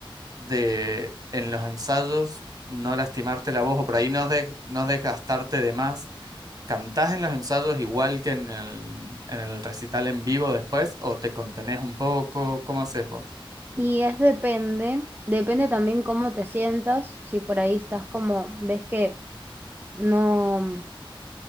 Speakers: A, on the right (about 45°); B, on the right (about 20°).
A: de en los ensayos no lastimarte la voz o por ahí no, de- no desgastarte de más. ¿Cantás en los ensayos igual que en el, en el recital en vivo después o te contenés un poco? ¿Cómo haces vos?
B: Y es depende, depende también cómo te sientas, si por ahí estás como, ves que no,